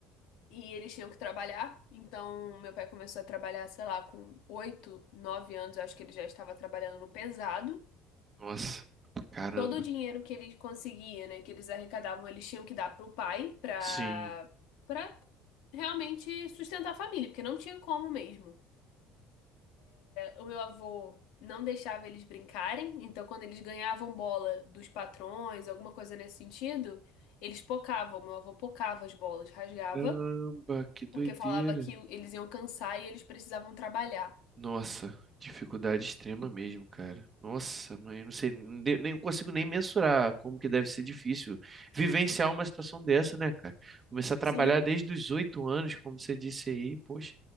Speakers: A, on the left; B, on the right.
A: e eles tinham que trabalhar. Então, meu pai começou a trabalhar, sei lá, com oito, nove anos, eu acho que ele já estava trabalhando no pesado.
B: Nossa, caramba.
A: Todo o dinheiro que ele conseguia, né, que eles arrecadavam, eles tinham que dar pro pai para
B: Sim.
A: para realmente sustentar a família, porque não tinha como mesmo. O meu avô não deixava eles brincarem, então quando eles ganhavam bola dos patrões, alguma coisa nesse sentido, eles pocavam. Meu avô pocava as bolas, rasgava,
B: Caramba, que doideira.
A: porque falava que eles iam cansar e eles precisavam trabalhar.
B: Nossa, dificuldade extrema mesmo, cara. Nossa, mãe, eu não sei, não de- nem consigo nem mensurar como que deve ser difícil vivenciar uma situação dessa, né, cara? Começar a trabalhar
A: Sim,
B: desde os oito anos, como você disse aí, poxa,